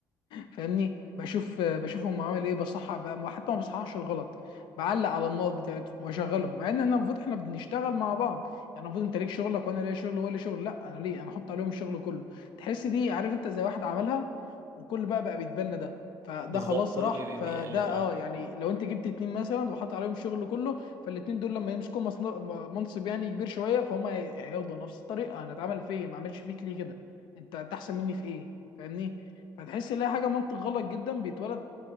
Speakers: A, on the left; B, on the right.
A: فاهمني بشوف بشوفهم عامل ايه بصحح بقى حتى ما بصححش الغلط بعلق على النقط بتاعتهم واشغلهم مع ان احنا المفروض احنا بنشتغل مع بعض يعني المفروض انت ليك شغلك وانا ليا شغل ولا شغل لا انا ليه انا احط عليهم الشغل كله تحس دي عارف انت زي واحد عملها وكل بقى بقى بيتبنى ده فده
B: بالظبط
A: خلاص
B: كله
A: راح
B: بي
A: فده
B: بي- بيقلد اه
A: اه يعني لو انت جبت اتنين مثلا وحط عليهم الشغل كله فالاتنين دول لما يمسكوا مصن- م- منصب يعني كبير شويه فهم هي- هياخدوا نفس الطريقه انا اتعمل فيا ما عملش فيك ليه كده انت انت احسن مني في ايه فاهمني فتحس ان هي حاجه منطق غلط جدا بيتولد